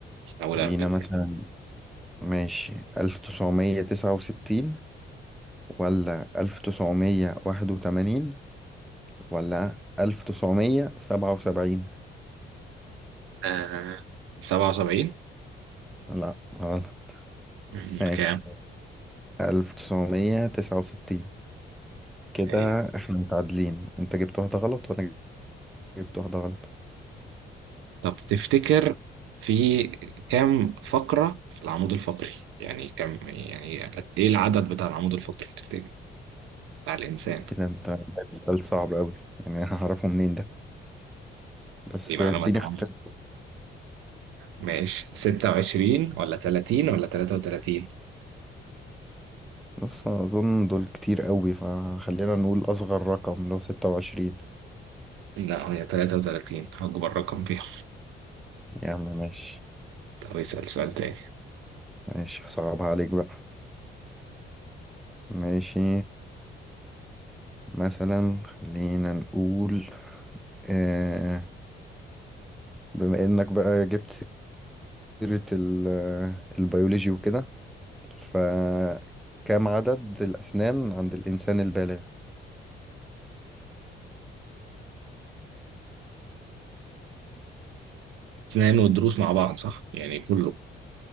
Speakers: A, on the right (about 85°); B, in the centre.
A: أول
B: لينا
A: أهبد
B: مثلا ماشي ألف تسعمية تسعة وستين ولا ألف تسعمية واحد وتمانين ولا ألف تسعمية سبعة وسبعين
A: آه سبعة وسبعين
B: لا غلط
A: مم،
B: ماشي
A: كام؟
B: ألف تسعمية تسعة وستين كده
A: آه.
B: احنا متعادلين انت جبت واحدة غلط وانا جبت واحدة غلط
A: طب تفتكر في كام فقرة في العمود الفقري؟ يعني كم يعني قد إيه العدد بتاع العمود الفقري تفتكر؟ بتاع الإنسان
B: ايه ده انت جايب سؤال صعب أوي يعني أنا هعرفه منين ده بس
A: دي معلومات
B: اديني
A: عامة
B: اختيار
A: ماشي 26 ولا 30 ولا 33
B: بص أنا أظن دول كتير أوي فخلينا نقول أصغر رقم اللي هو ستة وعشرين
A: لا هي 33 أكبر رقم فيهم
B: يا عم ماشي
A: طب اسأل سؤال تاني
B: ماشي هصعبها عليك بقى ماشي مثلا خلينا نقول آه، بما انك بقى جبت سيرة ال- آه، البيولوجي وكده فكم عدد الأسنان عند الإنسان البالغ؟
A: اثنين والدروس مع بعض صح يعني كله